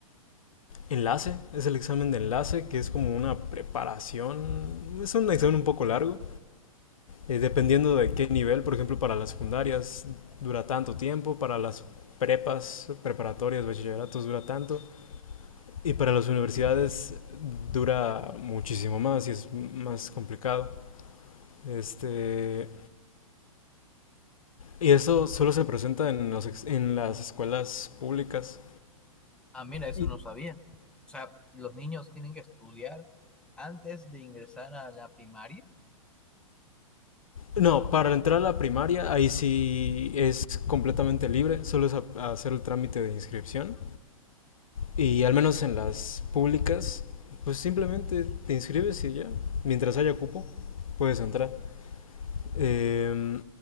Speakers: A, on the left; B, in the centre.
A: enlace. Es el examen de enlace que es como una preparación. Es un examen un poco largo eh, dependiendo de qué nivel, por ejemplo, para las secundarias dura tanto tiempo, para las prepas, preparatorias, bachilleratos dura tanto, y para las universidades dura muchísimo más y es más complicado. Este, y eso solo se presenta en, los ex- en las escuelas públicas.
B: Ah, mira, eso
A: Y,
B: no sabía. O sea, los niños tienen que estudiar antes de ingresar a la primaria.
A: no, para entrar a la primaria ahí sí es completamente libre, solo es a- hacer el trámite de inscripción. Y al menos en las públicas, pues simplemente te inscribes y ya, mientras haya cupo, puedes entrar. Eh,